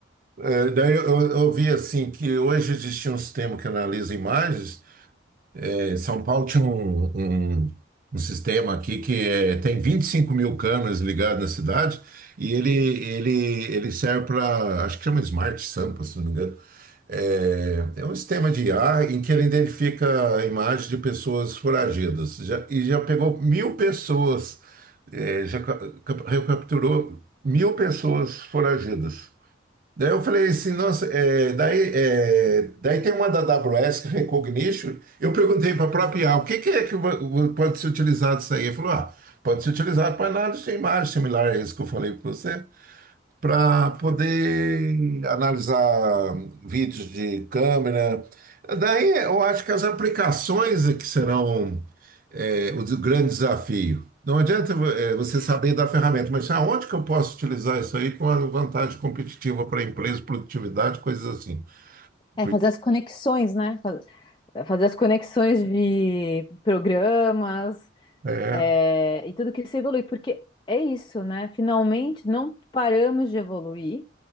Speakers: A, on the right; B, on the left.
A: É, daí eu, eu vi assim que hoje existia um sistema que analisa imagens é, São Paulo tinha um, um- um sistema aqui que é, tem 25 mil câmeras ligadas na cidade e ele, ele, ele serve para, acho que chama Smart Sampa, se não me engano. É, é um sistema de IA em que ele identifica a imagem de pessoas foragidas. Já- e já pegou mil pessoas, é, já ca- cap- recapturou mil pessoas foragidas. Daí eu falei assim, nossa, é, daí, é, daí tem uma da AWS, que é Recognition. Eu perguntei para a própria IA, o que, que é que vo- vo- pode ser utilizado isso aí? Ele falou, ah, pode ser utilizado para análise de imagem, similar a esse que eu falei para você para poder analisar vídeos de câmera. Daí eu acho que as aplicações é que serão é, o de- grande desafio. Não adianta é, você saber da ferramenta, mas aonde que eu posso utilizar isso aí com a vantagem competitiva para a empresa, produtividade, coisas assim.
B: é
A: Por-
B: fazer as conexões, né? fazer as conexões de programas,
A: É,
B: é, e tudo que se evolui, porque é isso, né? Finalmente não paramos de evoluir